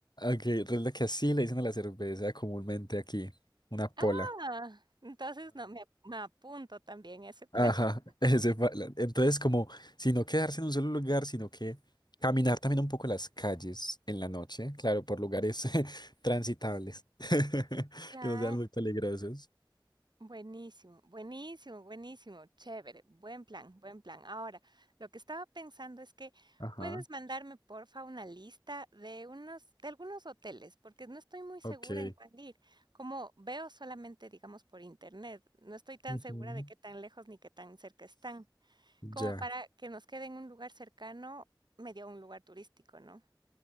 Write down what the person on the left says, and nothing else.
Ok, es la que así le dicen a la cerveza comúnmente aquí, una pola.
Ajá,
<laughs> ese fue entonces como, si no quedarse en un solo lugar, sino que caminar también un poco las calles en la noche, claro, por lugares <laughs> transitables, <laughs>
que no sean muy peligrosos.
Ajá,
ok.
Ujú.
Ya,